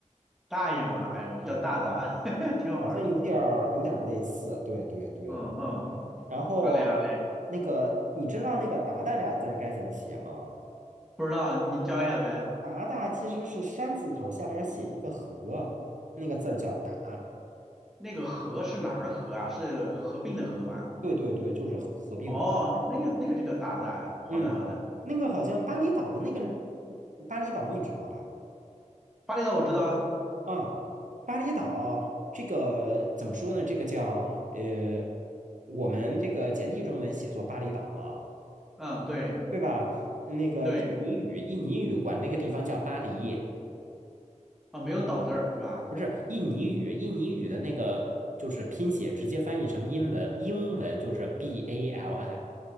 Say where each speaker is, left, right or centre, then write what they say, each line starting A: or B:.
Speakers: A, in the centre; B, on the right.
A: 大爷嘛，哎，我们叫大大，
B: 嗯，
A: <laughs> 挺好玩的。
B: 好像有点儿有点儿类似，对对对，
A: 嗯嗯，
B: 然后
A: 好嘞好嘞，
B: 那个你知道那个达达俩字儿该怎么写吗？
A: 不知道你教一下呗。
B: 八大其实是山字头下边写一个合，那个字儿叫达。
A: 那个合是哪个合啊？是合并的合吗？
B: 对对对，就是合合并的。
A: 哦，那那个那个就叫达达呀。好的好的，
B: 嗯，那个好像巴厘岛的那个巴厘岛，你知道吧？
A: 巴厘岛我知道啊。
B: 啊，巴厘岛这个怎么说呢？这个叫呃，我们这个简体中文写作巴厘岛嘛，
A: 嗯，对
B: 对吧？那个印尼语，
A: 对，
B: 印尼语管那个地方叫巴黎，
A: 啊没有岛字儿是吧？
B: 不是印尼语，印尼语的那个就是拼写直接翻译成英文，英文就是 B A L I。